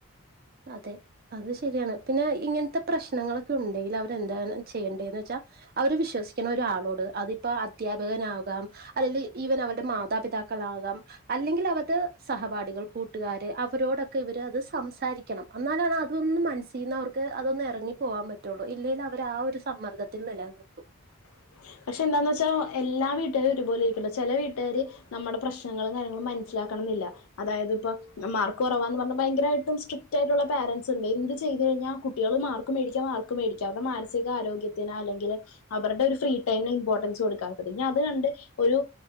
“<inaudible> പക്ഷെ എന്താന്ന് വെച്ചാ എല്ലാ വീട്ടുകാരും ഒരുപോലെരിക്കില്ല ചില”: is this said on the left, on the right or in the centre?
Left